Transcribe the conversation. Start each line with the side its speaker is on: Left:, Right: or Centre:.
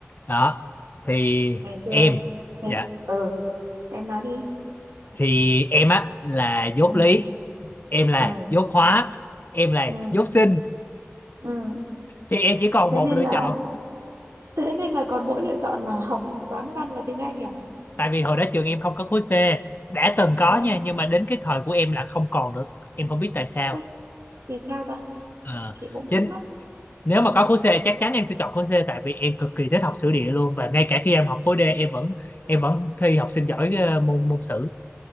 Left: đó thì
Right: ngày xưa
Left: em
Right: ngày,
Left: dạ
Right: ừ em nói đi
Left: thì em á là dốt
Right: ừ
Left: lý em là
Right: ừ
Left: dốt hóa em là
Right: ừ
Left: dốt sinh
Right: ừ
Left: thì em chỉ còn
Right: thế
Left: một
Right: nên
Left: lựa
Right: là
Left: chọn
Right: <laughs> thế nên là còn mỗi lựa chọn là học toán văn và tiếng Anh à
Left: tại vì hồi đó trường em không có khối C đã từng có
Right: Ờ,
Left: nha nhưng mà đến cái thời của em là không còn nữa em không biết tại sao
Right: ôi, vì sao ta?
Left: Ờ,
Right: Chị cũng
Left: chính
Right: thắc mắc.
Left: nếu mà có khối C chắc chắn em sẽ chọn khối C tại vì em cực kỳ thích học sử địa luôn và ngay cả khi em học khối D em vẫn em vẫn thi học sinh giỏi ờ, môn môn sử